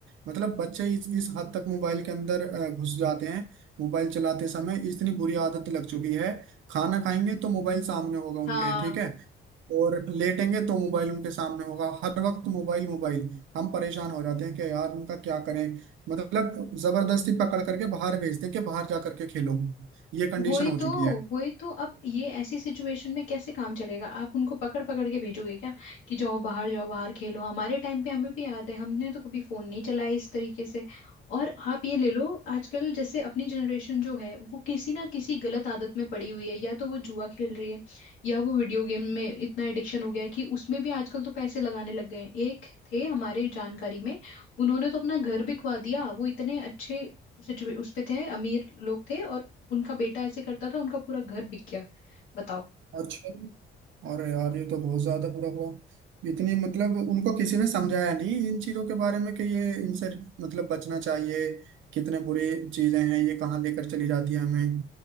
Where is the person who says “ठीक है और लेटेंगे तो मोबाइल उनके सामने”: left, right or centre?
Right